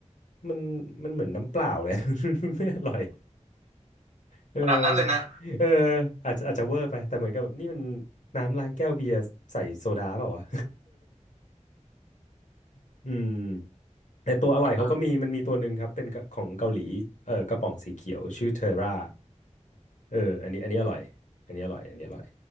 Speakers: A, on the left; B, on the right.
A: มันมันเหมือนน้ำเปล่าเลย <laughs> ไม่อร่อย เออ
B: ขนาดนั้นเลยนะ
A: เอออาจจะอาจจะเวอร์ไปแต่เหมือนกับแบบนี่มันน้ำล้างแก้วเบียร์ใส่โซดาเปล่าวะ <laughs> อืมแต่ตัวอร่อยเขาก็มีมันมีตัวหนึ่งครับเป็นของเกาหลีเออกระป๋องสีเขียวชื่อเทอร่า
B: อ่า
A: เอออันนี้อันนี้อร่อยอันนี้อร่อยอันนี้อร่อย